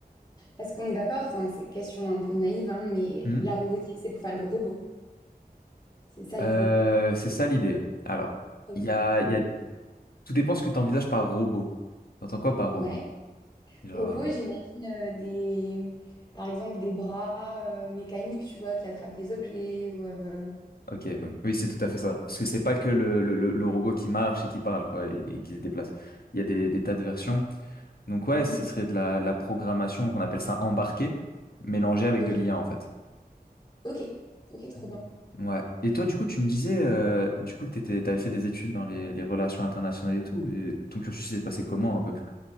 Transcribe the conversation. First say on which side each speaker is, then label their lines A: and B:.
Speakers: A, on the left; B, on the left.
A: Parce qu'on est d'accord, enfin, c'est question un peu naïve, hein, mais
B: Mhm.
A: la robotique, c'est pour faire des robots. C'est ça
B: Euh,
A: l'idée.
B: c'est ça l'idée. Alors,
A: Ok.
B: il y a, il y a- tout dépend ce que tu envisages par robot. T'entends quoi par
A: Ouais.
B: robot? Genre,
A: Robots, j'imagine euh, des, par exemple, des bras euh, mécaniques, tu vois, qui attrapent des objets ou. euh,
B: ok, oui, oui, c'est tout à fait ça. Parce que c'est pas que le, le, le- le robot qui marche et qui parle, quoi, et, et qui se déplace. Il y a des, des tas de versions. Donc, ouais,
A: Mhm.
B: ce serait de la, la programmation qu'on appelle ça embarquée, mélangée avec
A: Ok,
B: de l'IA, en fait.
A: ok, ok, trop
B: Mhm.
A: bien.
B: Ouais. Et toi, du coup, tu me disais euh, du coup que t'étais, t'avais fait des études dans les, les relations internationales et tout, et ton cursus il s'est passé comment un peu?